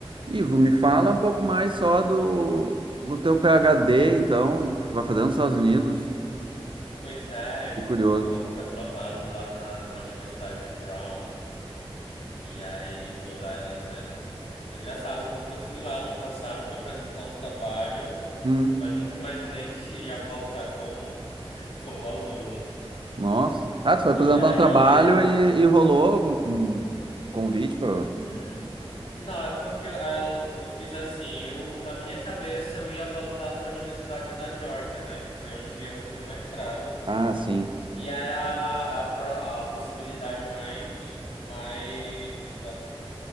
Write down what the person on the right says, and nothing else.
Ivo, me fala um pouco mais só do, do teu PhD, então, que tu vai fazer nos Estados Unidos.
Fiquei curioso.
Hum,
nossa. Ah, tu foi apresentar
um trabalho
e, e rolou algum um convite pra...
Ah, sim.